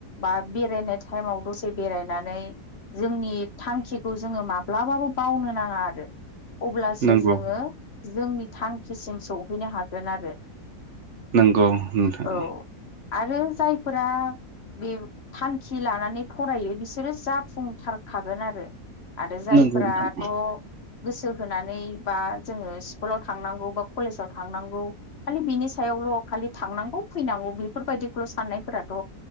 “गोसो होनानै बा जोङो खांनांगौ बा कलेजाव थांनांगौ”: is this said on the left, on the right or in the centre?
Left